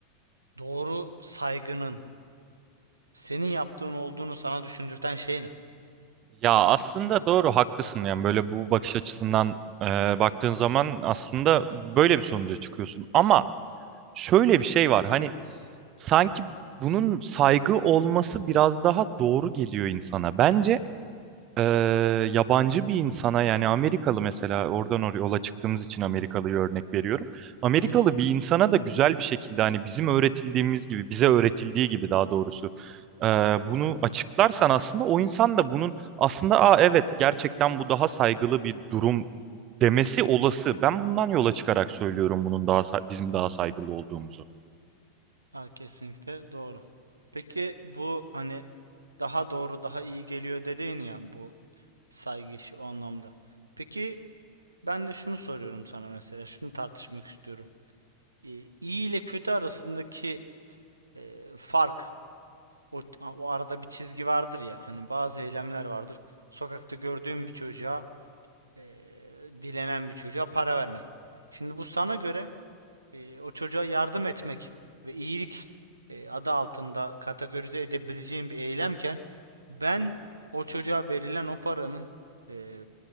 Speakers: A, on the right (about 80°); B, on the right (about 35°).
A: doğru saygının senin yaptığın olduğunu sana düşündürten şey ne?
B: Ya aslında doğru haklısın yani böyle bu bakış açısından e, baktığın zaman aslında böyle bir sonuca çıkıyorsun ama şöyle bir şey var. Hani sanki bunun saygı olması biraz daha doğru geliyor insana. Bence e, yabancı bir insana yani Amerikalı mesela oradan oraya yola çıktığımız için Amerikalı'yı örnek veriyorum. Amerikalı
A: Hı hı.
B: bir insana da güzel bir şekilde hani bizim öğretildiğimiz gibi bize öğretildiği gibi daha doğrusu e, bunu açıklarsan aslında o insan da bunun aslında Aa, evet gerçekten bu daha saygılı bir durum demesi olası. Ben bundan yola çıkarak söylüyorum bunun daha sa- bizim daha saygılı olduğumuzu.
A: Ha, kesinlikle doğru. Peki bu hani daha doğru daha iyi geliyor dediğin ya bu saygı işi o anlamda. Peki ben de şunu soruyorum sana mesela şunu tartışmak istiyorum. e, iyi ile kötü arasındaki e, fark o, o arada bir çizgi vardır ya hani bazı eylemler vardır. Sokakta gördüğüm bir çocuğa e, dilenen bir çocuğa para vermek. Şimdi bu sana göre e, o çocuğa yardım etmek ve iyilik e, adı altında kategorize edebileceğim bir eylemken ben o çocuğa verilen o paranın e,